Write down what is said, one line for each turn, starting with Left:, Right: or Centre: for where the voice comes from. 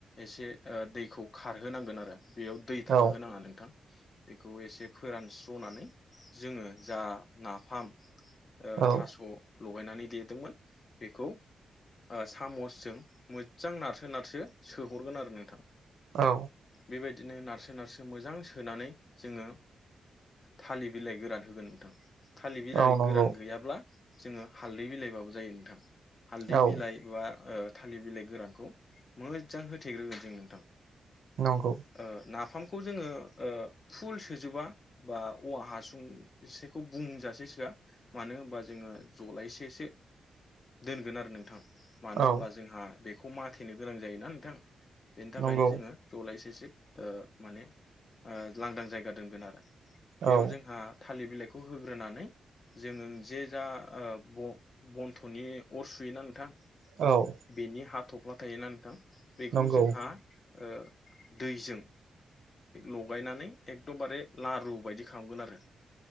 Left: एसे ओ दैखौ खारहोनांगोन आरो बेयाव दै
Right: औ
Left: थाहोनाङा नोंथां बेखौ एसे फोरानस्र'नानै जोङो जा नाफाम ओ
Right: औ
Left: थास' लगायनानै देदोंमोन बेखौ ओ सामसजों मोजां नारसो नारसो सोहरगोन आरो नोंथां
Right: औ।
Left: बेबायदिनो नारसो नारसो मोजां सो सोनानै जोङो थालिर बिलाइ गोरान होगोन नोंथां थालिर बिलाइ
Right: नंगौ
Left: गोरान गैयाब्ला जोङो हालदै बिलाइबाबो जायो नोंथां हालदै
Right: औ
Left: बिलाइ बा ओ थालिर बिलाइ गोरानखौ मोजां होथेग्रोगोन जों नोंथां
Right: नंगौ
Left: ओ नाफामखौ जोङो ओ फुल सोजोबा बा औवा हासुंसेखौ बुंजासे सोआ मानो होनबा जोङो जलायसेसो दोनगोन आरो नोंथां मानो
Right: औ
Left: होनबा जोंहा बेखौ माथेनो गोनां जायोना नोंथां बेनि थाखायनो
Right: नंगौ
Left: जोङो जलायसेसो ओ माने लांदां ओ जायगा दोनगोन आरो
Right: औ
Left: बेयाव जोंहा थालिर बिलाइखौ होग्रोनानै जोङो जे जा ओ ब-बन्थ'नि अर सुयोना नोंथां?
Right: औ
Left: बेनि हाथफ्ला थायोना नोंथां बेखौ
Right: नंगौ
Left: जोंहा ओ दैजों लगायनानै एकदमबारे लारु बायदि खालामगोन आरो